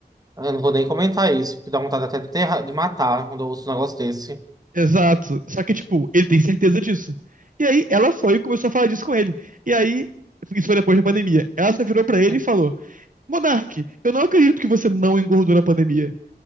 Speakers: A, on the right; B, on the right.
A: Eu não vou nem comentar isso, porque dá vontade até de, enterrar- de matar quando eu ouço um negócio desse.
B: Exato. Só que, tipo, ele tem certeza disso. E aí ela foi e começou a falar disso com ele. E aí, isso foi depois da pandemia. Ela só virou pra ele
A: <laughs>
B: e falou: Monark, eu não acredito que você não engordou na pandemia.